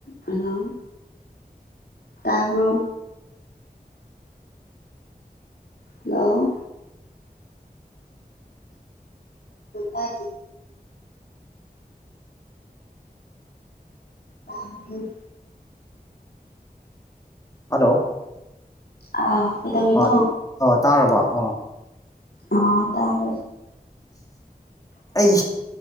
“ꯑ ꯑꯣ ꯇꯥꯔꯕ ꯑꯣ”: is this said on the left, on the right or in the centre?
Left